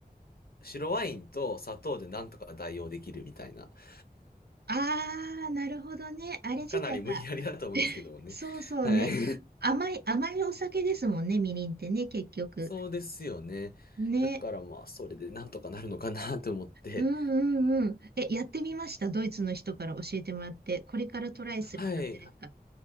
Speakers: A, on the left; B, on the right.
A: 白ワインと砂糖でなんとか代用できるみたいな。<laughs>
B: ああ、なるほどね。あれ自体が。
A: かなり無理やりだと思うんですけどもね。
B: <laughs> そうそうね。
A: はい。<laughs>
B: 甘い、甘いお酒ですもんね、みりんってね、結局。
A: そうですよね。
B: ね。
A: だからまあ、それでなんとかなるのかなと思って。
B: うんうんうん。え、やってみました。ドイツの人から教えてもらって。これからトライする感じですか。
A: はい。